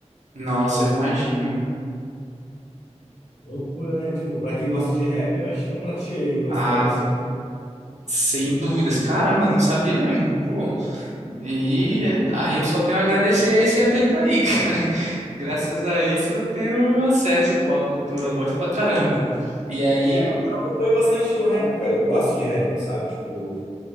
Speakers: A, on the right (about 75°); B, on the left (about 80°).
A: Nossa,
B: Deus-
A: eu imagino.
B: Loucura, né? Tipo, para quem gosta de rap, eu acho que é um prato cheio, uma
A: Ah,
B: história boa,
A: sem dúvidas. Caramba, não sabia mesmo. Pô, E
B: né?
A: aí eu só tenho a agradecer a esse evento aí, <laughs> cara. Graças a isso eu tenho acesso, pô, à cultura, eu gosto pra caramba. E aí,
B: É, eu acompanho bastante do rap, cara. Eu gosto de rap, sabe? Tipo,